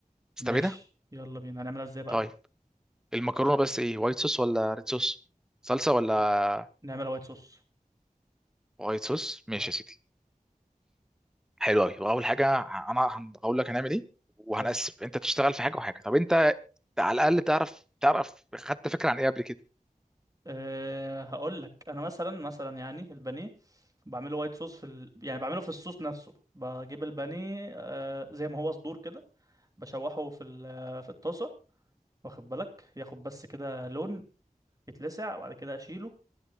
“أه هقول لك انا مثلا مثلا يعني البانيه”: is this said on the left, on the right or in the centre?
Right